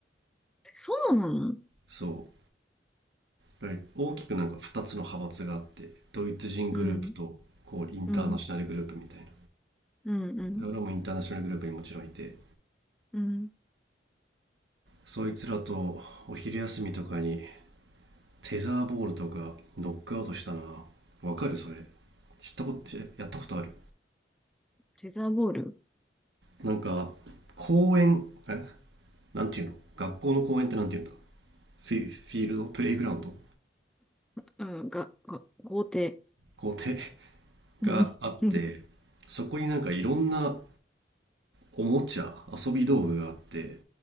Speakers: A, in the centre; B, on the right (about 80°).
A: えそうなの
B: そう。だから大きくなんか2つの派閥があって、ドイツ人グループと、
A: うん。
B: こう、インターナショナルグループみたいな。
A: うん。うん。うん。
B: で俺もインターナショナルグループにもちろんいて、
A: うん。
B: そいつらとお昼休みとかにテザーボールとかノックアウトしたなわかるそれ知ったことやったことある
A: テザーボール。
B: なんか公園えなんていうの学校の公園ってなんていうんだフィフィールドプレイグラウンド
A: うん。が、が、豪邸。
B: 校庭
A: うん。
B: があってそこになんかいろんな
A: うん
B: おもちゃ遊び道具があって